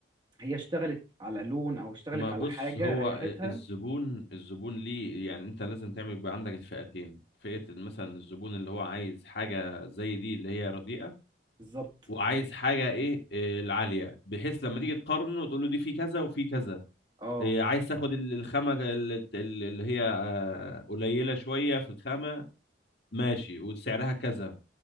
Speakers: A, on the right; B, on the left.
A: هي اشتغلت على لون او اشتغلت
B: ما
A: على
B: بص
A: حاجة
B: هو
A: ريحتها
B: الزبون الزبون ليه يعني انت لازم تعمل بقى عندك الفئتين فئة مثلا الزبون اللي هو عايز حاجة زي دي اللي هي رديئة
A: بالظبط
B: وعايز حاجة ايه إيه، العالية بحيث لما
A: مم.
B: تيجي تقارنه تقول له دي في كذا وفي كذا
A: اه
B: إيه، عايز تاخد ال- الخامة ال- ال- اللي هي آه، قليلة شوية في الخامة ماشي وسعرها كذا